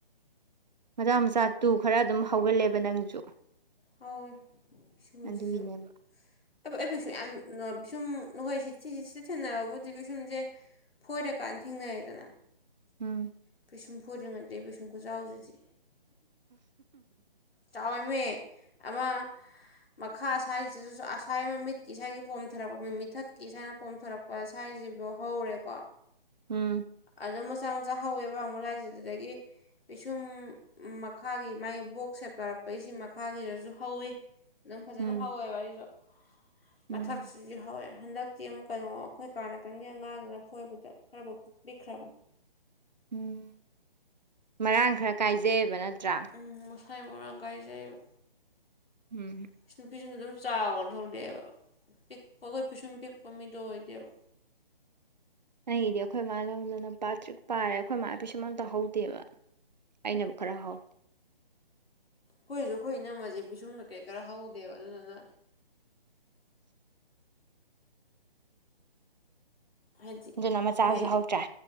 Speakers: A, on the right; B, on the left.
A: ꯃꯆꯥ ꯃꯆꯥ ꯇꯨ ꯈꯔ ꯑꯗꯨꯝ ꯍꯧꯒꯜꯂꯦꯕ ꯅꯪꯁꯨ
B: ꯍꯥꯎꯋꯤ ꯄꯤꯁꯨꯝꯁꯤꯁꯨ
A: ꯑꯗꯨꯒꯤꯅꯦꯕ
B: ꯑꯩ ꯑꯩ ꯄꯤꯁꯨꯝ ꯌꯥꯝꯅ ꯄꯤꯁꯨꯝ ꯅꯈꯣꯏ ꯁꯤ ꯁꯤꯗ ꯊꯦꯡꯅꯕꯕꯨꯗꯤ ꯄꯤꯁꯨꯝꯁꯦ ꯐꯣꯏꯔꯀꯥꯟꯗ ꯊꯦꯡꯅꯔ‌ꯦꯗꯅ
A: ꯎꯝ
B: ꯄꯁꯨꯝ ꯐꫭꯏ ꯗ꯭ꯔꯤ ꯉꯩꯗꯤ ꯑꯩ ꯄꯤꯁꯨꯝ ꯈꯨ ꯆꯥꯎꯁꯤꯗꯤ ꯆꯥꯎꯑ‌ꯦꯃꯤ ꯑꯃ ꯃꯈꯥ ꯑꯁꯥꯏꯁꯤꯗꯁꯨ ꯑꯁꯥꯏ ꯑꯃ ꯃꯤꯠꯀꯤ ꯏꯁꯥꯒꯤ ꯄꯣꯝꯊꯔꯛꯄ ꯃꯤ ꯃꯤꯊꯛꯀꯤ ꯑꯁꯥꯏꯅ ꯄꯣꯝꯊꯔꯛꯄ ꯄꯁꯥꯏꯁꯤꯕꯨꯎ ꯍꯧꯔꯦꯀꯣ
A: ꯎꯝ
B: ꯑꯗꯣ ꯃꯆꯥ ꯃꯆꯥ ꯍꯧꯋꯦꯕ ꯑꯃꯨꯛ ꯂꯥꯏꯁꯦ ꯑꯗꯨꯗꯒꯤ ꯄꯤꯁꯨꯝ ꯃꯈꯥꯒꯤ ꯃꯥꯏ ꯕꯣꯛ ꯁꯦꯞ ꯇꯥꯔꯛꯄꯒꯤꯁꯤ ꯃꯈꯥꯒꯤꯗꯁꯨ ꯍꯧꯋꯤ ꯑꯗꯨꯝ ꯐꯖꯅ
A: ꯎꯝ
B: ꯍꯥꯎꯋꯦꯕ ꯑꯩꯁꯨ
A: ꯎꯝ
B: ꯃꯊꯛꯁꯤ ꯗꯤ ꯍꯧꯋꯦ ꯍꯟꯗꯛꯇꯤ ꯑꯃꯨꯛ ꯀꯩꯅꯣ ꯑꯩꯈꯣꯏ ꯀꯥ ꯅꯀꯟꯒꯤ ꯑꯉꯥꯡꯗꯨꯅ ꯐꯣꯏꯕꯗ ꯈꯔꯕꯨ ꯄꯤꯛꯈ꯭ꯔꯕꯅꯤ
A: ꯎꯝ ꯃꯔꯥꯡ ꯈꯔ ꯀꯥꯏꯖꯩꯌꯦꯕ ꯅꯠꯇ꯭ꯔꯥ
B: ꯎꯝ ꯃꯁꯥꯏ ꯃꯔꯥꯡ ꯀꯥꯏꯖꯩꯕ
A: ꯎꯝ
B: ꯄꯤꯁꯨꯝꯖꯨ ꯗꯨꯝ ꯆꯥꯎꯅ ꯊꯣꯛꯂꯦꯕ ꯄꯤꯛꯄ ꯑꯩꯈꯣꯏ ꯄꯤꯁꯨꯝ ꯄꯤꯛꯄ ꯃꯤꯗꯣ ꯑꯣꯏꯗꯦꯕ
A: ꯑꯩꯒꯤꯗꯤ ꯑꯩꯈꯣꯏ ꯃꯥ ꯂꯧꯗꯅ ꯄꯥꯠꯇ꯭ꯔꯤꯛ ꯄꯥꯔꯦ ꯑꯩꯈꯣꯏ ꯃꯥ ꯄꯤꯁꯨꯝ ꯑꯝꯇ ꯍꯧꯗꯦꯕ ꯑꯩꯅꯕꯨ ꯈꯔ ꯍꯧ
B: ꯈꯣꯏꯁꯨ ꯑꯩꯈꯣꯏ ꯏꯅꯝꯃꯖꯦ ꯄꯤꯁꯨꯝ ꯀꯩꯀꯩ ꯈꯔ ꯍꯧꯗꯦꯕ ꯑꯗꯨꯗꯨꯅ ꯍꯥꯏꯗꯤ
A: ꯑꯗꯨꯅ
B: ꯑꯩꯈꯣꯏ
A: ꯃꯆꯥꯁꯨ ꯍꯧꯗ꯭ꯔꯦ